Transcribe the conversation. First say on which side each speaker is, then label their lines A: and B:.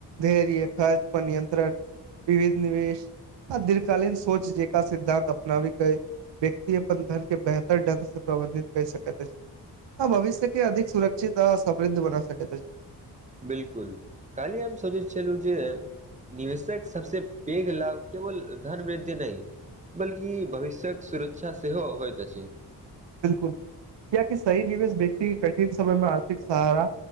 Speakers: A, on the right; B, on the right.
A: धैर्य खर्च पर नियन्त्रण विविध निवेश आ दीर्घकालीन सोच जेका सिद्धान्त अपनाब के व्यक्ति अपन धन के बेहतर ढंग से प्रबंधित कर सकैत अछि हँ भविष्य की अधिक सुरक्षित आ समृद्ध बना स तऽ छै
B: बिलकुल की आम सज छैल जे निवेशक सबस पैघ लाभ केवल धन वृद्धि नहि बल्कि भविष्य्यक सुरक्षा सेहो होइत अछि
A: बिल्कुल कियक सही निवेश व्यक्त कठिन समयमे आर्थिक सहारा